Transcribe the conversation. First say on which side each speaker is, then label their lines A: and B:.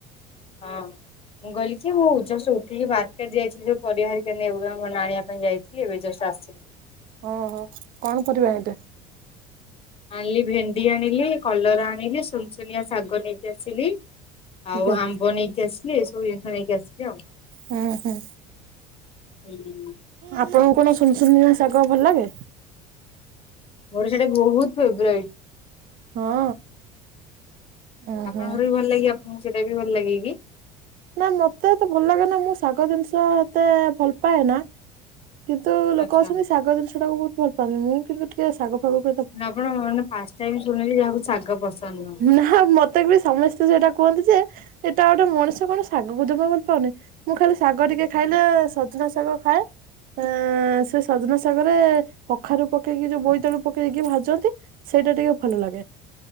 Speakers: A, on the left; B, on the right.
A: ହଁ ମୁଁ କହିଲି ମୁଁ ଜଷ୍ଟ ଉଠିକି ମାର୍କେଟ୍ ଯାଇଥିଲି ପରିବାର ଆଣିବା ପାଇଁ ଯାଇଥିଲି ଏବେ ଜଷ୍ଟ ଆସିଲି
B: ଓଁ ହୋ କଣ ପରିବା ଆଣିଲେ
A: ଆଣିଲି ଭେଣ୍ଡି ଆଣିଲି କଲରା ଆଣିଲି ଛୁନୁଛୁନିଆ ଶାଗ ନେଇକି ଆସିଲି ଆଉ
B: ଆଜ୍ଞା
A: ଆମ୍ବ ନେଇକି ଆସିଲି ଏଇ ସବୁ ଜିନିଷ ନେଇକି ଆସିଲି ଆଉ
B: ହୁଁ ହୁଁ
A: ହୁଁ
B: ଆପଣଙ୍କୁ କଣ ଛୁନୁଛୁନିଆ ଶାଗ ଭଲ ଲାଗେ
A: ମୋର ସେଇଟା ବହୁତ ଫେବରାଇଟ।
B: ହଁ। ଓହୋ
A: ଆପଣଙ୍କର ବି ଭଲ ଲାଗେ ଆପଣଙ୍କୁ ସେଇଟା ବି ଭଲ ଲାଗେ କି?
B: ନା, ମତେ ତ ଭଲ ଲାଗେନା। ମୁଁ ଶାଗ ଜିନିଷ ଏତେ ଭଲ ପାଏ ନା। କିନ୍ତୁ ଲୋକ
A: ଆଚ୍ଛା
B: ଅଛନ୍ତି ଶାଗ ଜିନିଷଟାକୁ ବହୁତ ଭଲ ପାଆନ୍ତି। ମୁଁ କିନ୍ତୁ ଟିକେ ଶାଗ ଫାଗ
A: ଆପଣ ମାନେ ଫାଷ୍ଟ ଟାଇମ ଶୁଣିଲି, ଯାହାକୁ ଶାଗ ପସନ୍ଦ ନୁହଁ।
B: ନା, ମତେ ବି ସମସ୍ତେ ସେଇଟା କୁହନ୍ତି ଯେ, ଏଇଟା ଗୋଟେ ମଣିଷ କଣ, ଶାଗକୁ ଜମା ଭଲ ପାଉନି! ମୁଁ ଖାଲି ଶାଗ ଟିକେ ଖାଇଲେ ସଜନା ଶାଗ ଖାଏ। ଆ ସେ ସଜନା ସାଗରେ କଖାରୁ ପକେଇକି ଯୋଉ ବୋଇତାଳୁ ପକେଇକି ଭାଜନ୍ତି। ସେଇଟା ଟିକେ ଭଲ ଲାଗେ।